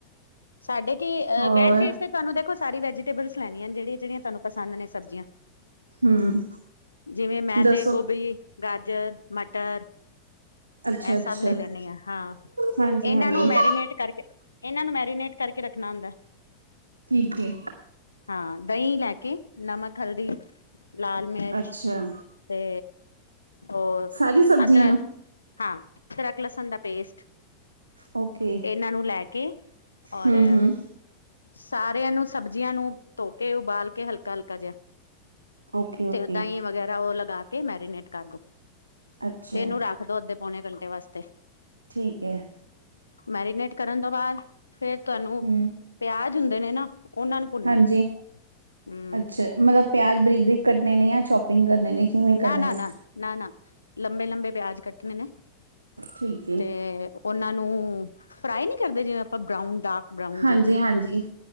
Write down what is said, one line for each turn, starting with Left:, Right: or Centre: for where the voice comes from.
Left: ਸਾਡੇ ਕੀ ਅ
Right: ਹੋਰ
Left: ਵੈਜ ਇਸ ਤੇ ਤੁਹਾਨੂੰ ਦੇਖੋ ਸਾਰੀ ਵੈਜ। ਟੇਬਲਸ ਲੈਣੀਆਂ ਨੇ ਜਿਹੜੀਆਂ- ਜਿਹੜੀਆਂ ਤੁਹਾਨੂੰ ਪਸੰਦ ਨੇ ਸਬਜ਼ੀਆਂ।
Right: ਹਮ
Left: ਜਿਵੇਂ ਮੈਂ
Right: ਦੱਸੋ
Left: ਤੇ ਗੋਭੀ, ਗਾਜਰ, ਮਟਰ
Right: ਅੱਛਾ
Left: ਐ
Right: ਅੱਛਾ
Left: ਸਭ ਲੈ ਲੈਣੀ ਆ ਹਾਂ।
Right: ਹਾਂਜੀ
Left: ਇਹਨਾਂ
Right: ਹਾਂਜੀ
Left: ਨੂੰ ਮੈਰੀਨੇਟ ਕਰਕੇ ਇਹਨਾਂ ਨੂੰ ਮੈਰੀਨੇਟ ਕਰਕੇ ਰੱਖਣਾ ਹੁੰਦਾ।
Right: ਠੀਕ ਹੈਏ।
Left: ਹਾਂ, ਦਹੀਂ ਲੈ ਕੇ ਨਮਕ, ਹਲਦੀ, ਲਾਲ ਮਿਰਚ।
Right: ਅੱਛਾ
Left: ਤੇ ਹੋਰ
Right: ਸਾਰੀ ਸਬਜ਼ੀਆਂ
Left: ਅਦਰਕ
Right: ਨੂੰ
Left: ਹਾਂ, ਅਦਰਕ, ਲਸਣ ਦਾ ਪੇਸਟ।
Right: ਓਕੇ
Left: ਇਹਨਾਂ ਨੂੰ ਲੈ ਕੇ ਔਰ
Right: ਹਮ ਹਮ
Left: ਸਾਰਿਆਂ ਨੂੰ ਸਬਜ਼ੀਆਂ ਨੂੰ ਧੋ ਕੇ ਉਬਾਲ ਕੇ ਹਲਕਾ ਹਲਕਾ ਜਿਹਾ।
Right: ਓਕੇ ਓਕੇ
Left: ਤੇ ਦਹੀਂ ਵਗੈਰਾ ਉਹ ਲਗਾ ਕੇ ਮੈਰੀਨੇਟ ਕਰ ਦੋ।
Right: ਅੱਛਾ
Left: ਤੇ ਇਹਨੂੰ ਰੱਖ ਦੋ ਅੱਧੇ ਪੌਣੇ ਘੰਟੇ ਵਾਸਤੇ।
Right: ਠੀਕ ਹੈ।
Left: ਮੈਰੀਨੇਟ ਕਰਨ ਤੋਂ ਬਾਅਦ ਫੇਰ ਤੁਹਾਨੂੰ
Right: ਹਮ
Left: ਪਿਆਜ ਹੁੰਦੇ ਨੇ ਨਾ ਉਹਨਾਂ ਨੂੰ ਭੁੰਨਨਾ
Right: ਹਾਂਜੀ
Left: ਹੂੰ
Right: ਅੱਛਾ ਮਤਲਬ ਪਿਆਜ਼ ਬਰੀਕ ਬਰੀਕ ਕੱਟਣੇ ਨੇ ਜਾਂ ਚੌਪ ਪਿੱਕ ਕਰਨੇ ਨੇ, ਕਿਵੇਂ ਕਰਨੇ
Left: ਨਾ ਨਾ
Right: ਨੇ?
Left: ਨਾ ਨਾ ਲੰਬੇ ਲੰਬੇ ਪਿਆਜ ਕੱਟਣੇ ਨੇ
Right: ਠੀਕ ਏ
Left: ਤੇ ਉਹਨਾਂ ਨੂੰ ਫਰਾਈ ਨਹੀਂ ਕਰਦੇ ਜਿਵੇਂ ਆਪਾਂ ਬਰਾਊਨ ਡਾਰਕ ਬਰਾਊਨ
Right: ਹਾਂਜੀ
Left: ਜੇ।
Right: ਹਾਂਜੀ